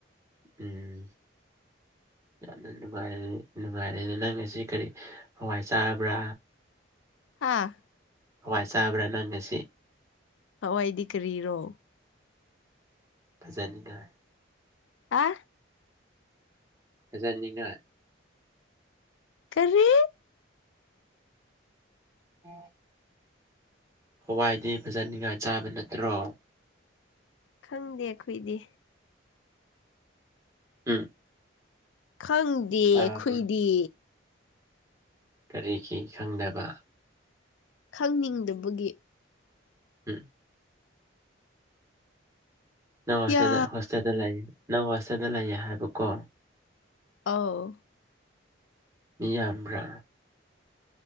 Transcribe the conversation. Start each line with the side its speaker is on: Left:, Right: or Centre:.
Right: ꯎꯝ ꯌꯥꯝꯅ ꯅꯨꯡꯉꯥꯏꯔ ꯅꯨꯡꯉꯥꯏꯔꯦꯅꯦ ꯅꯪ ꯑꯁꯤ ꯀꯔꯤ ꯍꯋꯥꯏ ꯆꯥꯕ꯭ꯔꯥ
Left: ꯍꯥꯥ
Right: ꯍꯋꯥꯏ ꯆꯥꯕ꯭ꯔꯥ ꯅꯪ ꯉꯁꯤ
Left: ꯍꯋꯥꯏꯗꯤ ꯀꯔꯤꯔꯣ
Right: ꯐꯖꯅꯤꯡꯉꯥꯏ
Left: ꯍꯥ
Right: ꯐꯖꯅꯤꯡꯉ
Left: ꯀꯔꯤ
Right: ꯑꯣ ꯍꯋꯥꯏꯗꯤ ꯐꯖꯅꯤꯡꯉꯥꯏ ꯆꯥꯕ ꯅꯠꯇ꯭ꯔꯣ
Left: ꯈꯪꯗꯦ ꯑꯩꯈꯣꯏꯗꯤ
Right: ꯎꯝ
Left: ꯈꯪꯗꯦ
Right: ꯇꯥꯕ꯭ꯔꯣ
Left: ꯈꯨꯏꯗꯦ
Right: ꯀꯔꯤꯒꯤ ꯈꯪꯗꯅꯕ
Left: ꯈꯪꯅꯤꯡꯗꯕꯒꯤ
Right: ꯎꯝ ꯅꯪ ꯍꯣꯁꯇꯦꯜꯗ
Left: ꯌꯥ
Right: ꯍꯣꯁꯇꯦꯜꯗ ꯂꯩ ꯅꯪ ꯍꯣꯁꯇꯦꯜꯗ ꯂꯩꯌꯦ ꯍꯥꯏꯕꯀꯣ
Left: ꯑꯥꯎ
Right: ꯃꯤꯌꯥꯝꯕ꯭ꯔꯥ